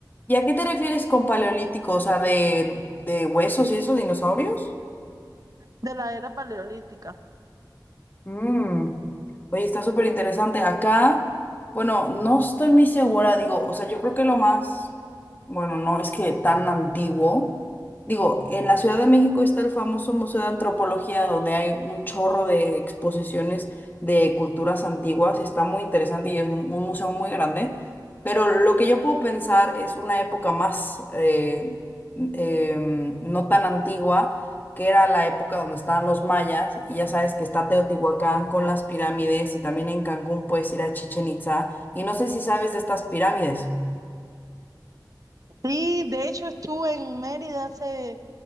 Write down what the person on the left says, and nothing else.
¿Y a qué te refieres con paleolítico? O sea, de, de huesos y esos dinosaurios.
Mm. Oye, está súper interesante. Acá, bueno, no estoy muy segura, digo, o sea, yo creo que lo más, bueno, no es que tan antiguo. Digo, en la Ciudad de México está el famoso Museo de Antropología, donde hay un chorro de exposiciones de culturas antiguas. Está muy interesante y es un un museo muy grande. Pero lo que yo puedo pensar es una época más, eh, em, no tan antigua que era la época donde estaban los mayas, y ya sabes que está Teotihuacán con las pirámides, y también en Cancún puedes ir a Chichen Itza y no sé si sabes de estas pirámides.